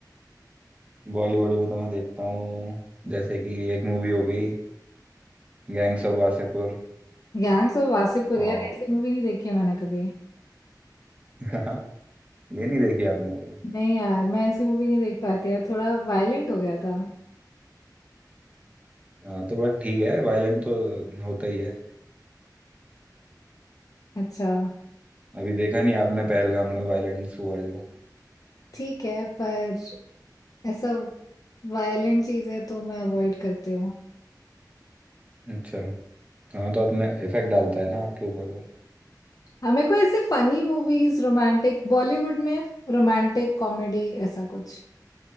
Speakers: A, on the right (about 20°); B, on the left (about 55°).
A: बॉलीवुड में तो मैं देखता हूँ जैसे कि एक मूवी हो गई गैंग्स ऑफ वासेपुर
B: गैंग्स ऑफ वासेपुर
A: और
B: यार ऐसी मूवी नहीं देखी है मैंने कभी
A: <laughs> ये नहीं देखी आपने कभी
B: नहीं यार मैं ऐसी मूवी नहीं देख पाती यार थोड़ा वायलेंट हो गया था
A: हाँ तो बट ठीक है वायलेंट तो होता ही है
B: अच्छा
A: अभी देखा नहीं आपने पहलगाम में वायलेंस हुआ जो
B: ठीक है पर ऐसा वायलेंट चीजें तो मैं अवॉइड करती हूँ
A: अच्छा हाँ तो अपने इफेक्ट डालता है ना आपके ऊपर वो
B: हाँ मेरे को ऐसे फनी मूवीज रोमांटिक बॉलीवुड में रोमांटिक कॉमेडी ऐसा कुछ